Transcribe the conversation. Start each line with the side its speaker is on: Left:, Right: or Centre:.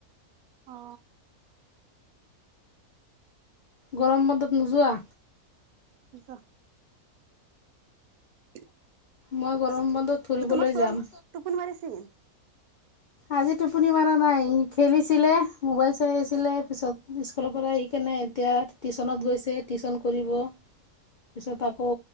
Right: অ
Left: গৰম বন্ধত নোযোৱা?
Right: নোযোৱা? <inaudible>
Left: মই গৰম বন্ধত ফুৰিবলৈ
Right: তোমাৰ ছোৱালী
Left: যাম।
Right: টোপনি মাৰিছে?
Left: আজি টোপনি মাৰা নাই খেলিছিলে মোবাইল চাইছিলে পিছত স্কুলৰ পৰা এতিয়া টিউশচনত গৈছে টিউশচন কৰিব পিছত আকৌ